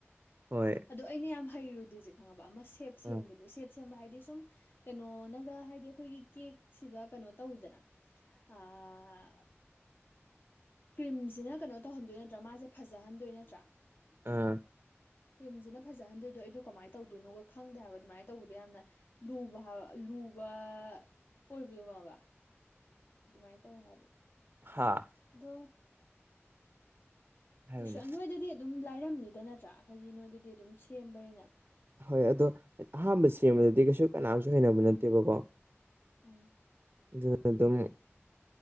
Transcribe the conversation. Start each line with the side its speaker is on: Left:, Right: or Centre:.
Right: ꯍꯣꯏ
Left: ꯑꯗꯣ ꯑꯩꯅ ꯌꯥꯝ ꯍꯩꯔꯨꯗꯤ ꯖ‌ꯦ ꯈꯪꯉꯕ ꯑꯃ ꯁꯦꯞ ꯁꯦꯝꯕꯗꯣ
Right: ꯑꯥ
Left: ꯁꯦꯞ ꯁꯦꯝꯕ ꯍꯥꯏꯗꯤ ꯁꯨꯝ ꯀꯩꯅꯣꯅꯒ ꯍꯥꯏꯗꯤ ꯑꯩꯈꯣꯏꯒꯤ ꯀꯦꯛꯁꯤꯗ ꯀꯩꯅꯣ ꯇꯧꯋꯤꯗꯅ ꯑꯥ ꯀ꯭ꯔꯤꯝꯁꯤꯅ ꯀꯩꯅꯣ ꯇꯧꯍꯟꯗꯣꯏ ꯅꯠꯇ꯭ꯔꯥ ꯃꯥꯁꯦ ꯐꯖꯍꯟꯗꯣꯏ ꯅꯠꯇ꯭ꯔꯥ
Right: ꯑꯥ
Left: ꯀ꯭ꯔꯤꯝꯖꯨꯅ ꯐꯖꯍꯟꯗꯣꯏꯗꯣ ꯑꯩꯗꯣ ꯀꯃꯥꯏꯅ ꯇꯧꯗꯣꯏꯅꯣꯒ ꯈꯪꯗꯦ ꯍꯥꯏꯕ ꯑꯗꯨꯃꯥꯏꯅ ꯇꯧꯕꯗꯣ ꯌꯥꯝꯅ ꯂꯨꯕ ꯍꯥꯏꯕ ꯂꯨꯕ ꯑꯣꯏꯕꯗꯨ ꯈꯪꯑꯕ ꯑꯗꯨꯃꯥꯏꯅ ꯇꯧ ꯍꯥꯏꯕ
Right: ꯍꯥꯥ
Left: ꯑꯗ‌ꯣ
Right: ꯍꯥꯏꯕꯅꯦ
Left: ꯀꯩꯁꯨ ꯅꯣꯏꯗꯗꯤ ꯑꯗꯨꯝ ꯂꯥꯏꯔꯝꯅꯤꯗ ꯅꯠꯇ꯭ꯔꯥ ꯍꯥꯏꯗꯤ ꯅꯣꯏꯗꯗꯤ ꯑꯗꯨꯝ ꯁꯦꯝꯕꯅꯤꯅ
Right: ꯍꯣꯏ ꯑꯗꯣ ꯑꯍꯥꯟꯕ ꯁꯦꯝꯕꯗꯗꯤ ꯀꯩꯁꯨ ꯀꯅꯥꯝꯁꯨ ꯍꯩꯅꯕ ꯅꯠꯇꯦꯕꯀꯣ
Left: ꯎꯝ
Right: ꯑꯗꯨ ꯑꯗꯨꯝ